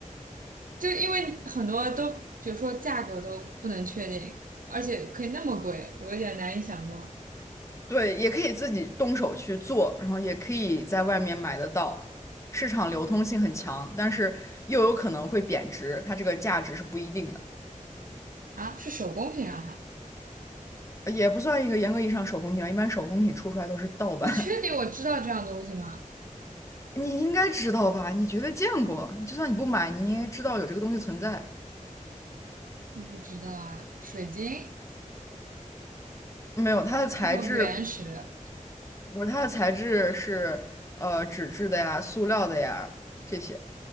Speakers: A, on the right; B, on the left.
A: 就因为很多都，比如说价格都不能确定，而且可以那么贵，我有点难以想象
B: 对，也可以自己动手去做，然后也可以在外面买得到，市场流通性很强，但是又有可能会贬值，它这个价值是不一定的，
A: 啊，是手工品啊还？
B: 也不算一个严格意义上手工品啊。一般手工品出出来都是盗版，
A: 你确定我知道这样东西吗？
B: <laughs> 你应该知道吧？你绝对见过，就算你不买，你应该知道有这个东西存在。
A: 不知道啊，水晶
B: 没有，它的材质
A: 那种原石，
B: 不是它的材质是呃纸质的呀、塑料的呀这些，